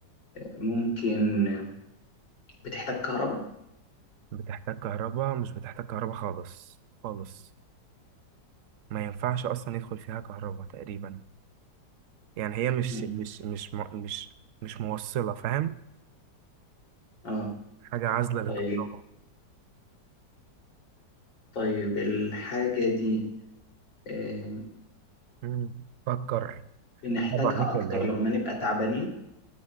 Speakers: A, on the left; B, on the right.
A: ممكن آه، بتحتاج كهرباء
B: بتحتاج كهرباء مش بتحتاج كهرباء خالص خالص ما ينفعش اصلا يدخل فيها كهرباء تقريبا يعني هي مش
A: مم،
B: مش مش مو- مش مش موصلة فاهم
A: اه
B: حاجة عازلة للكهرباء
A: طيب طيب الحاجة دي آه،
B: مم. فكر
A: بنحتاجها
B: طبعا انت
A: أكتر
B: اللي قايله.
A: لما نبقى تعبانين